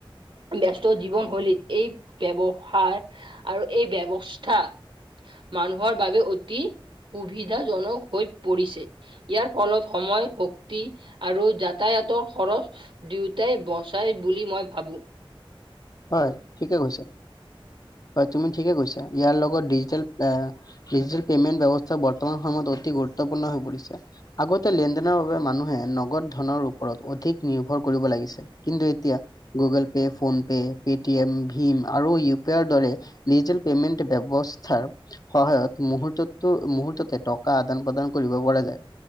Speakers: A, on the right (about 65°); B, on the left (about 40°).
A: ব্যস্ত জীৱনশৈলীত এই ব্যৱহাৰ আৰু এই ব্যৱস্থা মানুহৰ বাবে অতি সুবিধাজনক হৈ পৰিছে। ইয়াৰ ফলত সময়, শক্তি আৰু যাতায়াতৰ খৰচ দুয়োটাই বচায় বুলি মই ভাবোঁ।
B: হয়, ঠিকে কৈছা হয় তুমি ঠিকেই কৈছা ইয়াৰ লগত ডিজিটেল প্ৰে ডিজিটেল পেমেণ্ট ব্যৱস্থা বৰ্তমান সময়ত অতি গুৰুত্বপূৰ্ণ হৈ পৰিছে। আগতে লেনদেনৰ বাবে মানুহে নগদ ধনৰ ওপৰত অধিক নিৰ্ভৰ কৰিব লাগিছিল। কিন্তু এতিয়া Google Pay, phone pay. Paytm ভীম আৰু ইউ পি আইৰ দৰে ডিজিটেল পেমেণ্ট ব্যৱস্থাৰ সহায়ত মুহুৰ্ততো মুহুৰ্ততে টকা আদান প্ৰদান কৰিব পৰা যায়।